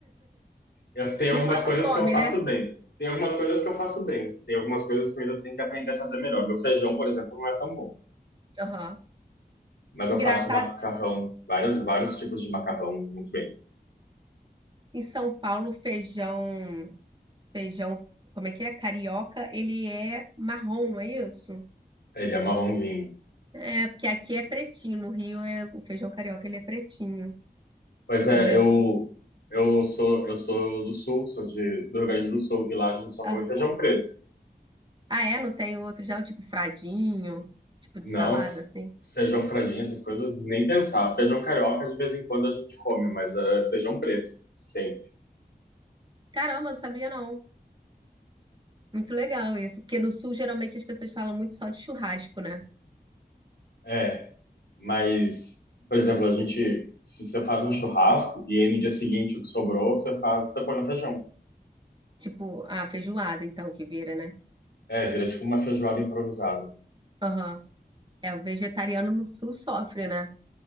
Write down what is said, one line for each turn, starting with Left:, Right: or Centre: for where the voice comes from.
Left: Eu tenho algumas
Right: Tá
Left: coisas
Right: Fome,
Left: que eu faço
Right: né?
Left: bem. Tem algumas coisas que eu faço bem. Tem algumas coisas que eu ainda tenho que aprender a fazer melhor. Meu feijão, por exemplo, não é tão bom.
Right: Aham.
Left: mas eu
Right: Engraçado,
Left: faço macarrão, vários, vários tipos de macarrão muito bem.
Right: em São Paulo, feijão. Feijão. Como é que é? Carioca, ele é marrom, não é isso?
Left: Ele é marronzinho.
Right: É, porque aqui é pretinho, no Rio é, o feijão carioca ele é pretinho,
Left: Pois
Right: eu
Left: é,
Right: lembro.
Left: eu, eu sou, eu sou do Sul, sou de, do Rio Grande do Sul, e lá a gente só
Right: Ah,
Left: come feijão preto.
Right: ah, é? Não tem outro já, o tipo fradinho, tipo
Left: Não,
Right: de salada, assim.
Left: feijão fradinho, essas coisas, nem pensar. Feijão carioca, de vez em quando a gente come, mas é feijão preto, sempre.
Right: Caramba, eu não sabia não. Muito legal isso, porque no Sul geralmente as pessoas falam muito só de churrasco, né?
Left: É, mas, por exemplo, a gente, se você faz um churrasco, e aí no dia seguinte o que sobrou, você faz, você põe no feijão.
Right: Tipo, a feijoada, então, que vira, né?
Left: É, vira tipo uma feijoada improvisada.
Right: Aham. É, o vegetariano no Sul sofre, né?